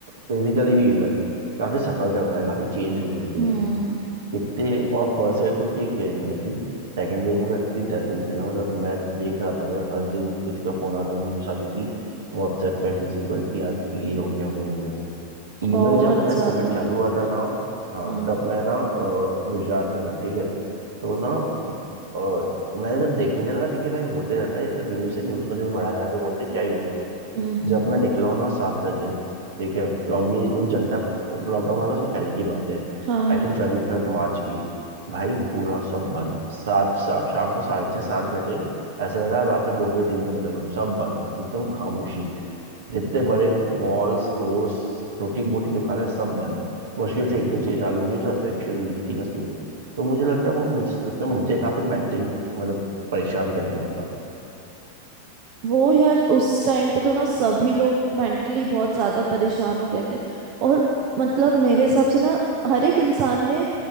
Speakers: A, on the right; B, on the right.
A: फिजिकली भी इवन काफी सफर करवाया काफी चेंज हुई उनकी
B: हम्म
A: लाइफ कितने और फर्स्ट ईयर तो ठीक है नहीं थी सेकेंड ईयर में तो इतनी डेथ हुई थी ना मतलब मैं देख रहा था भाई हर दिन किसी का फोन आता था न्यूज आती थी व्हाट्सएप पे किसी पर कि आज ये हो गया वो हो गया इवन
B: बहुत
A: जब पता
B: ज्यादा
A: है कोविड चालू हुआ था ना हाँ
B: हाँ
A: तब मैं ना अ, गुजरात में था ठीक है तो ना अ, मैंने जब देख मुझे लगा ठीक है भाई होते रहता है इतना न्यूज़ है न्यूज़ पर भी बड़ा जाके बोलते क्या ही होगा
B: हम्म हम्म
A: जब मैं निकला हूँ ना सात बजे ठीक है लॉग ये वो जनता लॉकडाउन हुआ था उसके पहले की बात है
B: हाँ
A: आई
B: हाँ
A: थिंक ट्वेंटी थर्ड मार्च की भाई पूरा सब बंद सात सा- शाम को साढ़े छः सात बजे ऐसा लगा रात में दो बजे तीन बजे निकल गए सब बंद एकदम खामोशी जितने बड़े मॉल्स स्टोर्स छोटी मोटी दुकानें सब बंद मुश्किल से एक दो चीज चालू होगी जो एसेंशियल नीड थी बस वो तो मुझे लगता है वो मुझे उसने मुझे काफी मेंटली मतलब परेशान कर दिया था
B: वो यार उस टाइम पे तो ना सभी लोग मेंटली बहुत ज्यादा परेशान हो गए थे और मतलब मेरे हिसाब से ना हर एक इंसान ने